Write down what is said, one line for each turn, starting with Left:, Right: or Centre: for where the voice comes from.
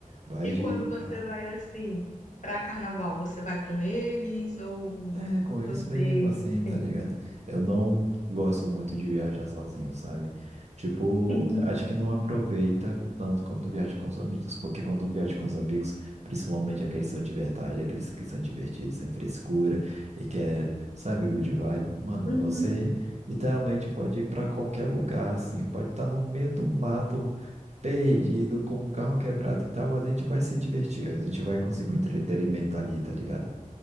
Right: Vai
Left: E
Right: de
Left: quando você
Right: ah,
Left: vai assim, para carnaval, você vai com eles ou
Right: É, com eles
Left: você.
Right: mesmo, assim, tá
Left: Sim.
Right: ligado? Eu não gosto muito de viajar sozinho, sabe? Tipo,
Left: Uhum,
Right: acho que não aproveita tanto quando viaja com os amigos, porque quando viaja com os amigos, principalmente aqueles que são de verdade, aqueles que são divertidos, sem frescura e que é, sabe, good vibe, mano,
Left: uhum.
Right: você literalmente pode ir pra qualquer lugar, assim, pode estar no meio do mato, perdido, com o carro quebrado e tal, mas a gente vai se divertir, a gente vai conseguir um entretenimento ali, tá ligado?